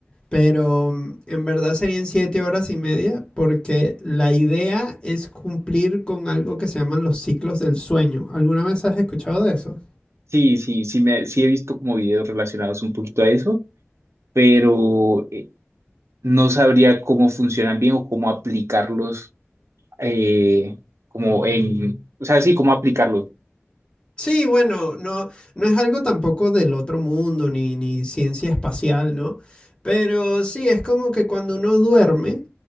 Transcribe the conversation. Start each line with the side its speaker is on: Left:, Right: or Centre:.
Left: pero mm, en verdad serían siete horas y media porque la idea es cumplir con algo que se llaman los ciclos del sueño. ¿Alguna vez has escuchado de eso?
Right: Sí, sí, sí, me, sí he visto como videos relacionados un poquito a eso, pero eh, no sabría cómo funcionan bien o cómo aplicarlos, eh, como en, o sea, sí, cómo aplicarlos.
Left: Sí, bueno, no, no es algo tampoco del otro mundo, ni, ni ciencia espacial, ¿no? Pero sí, es como que cuando uno duerme,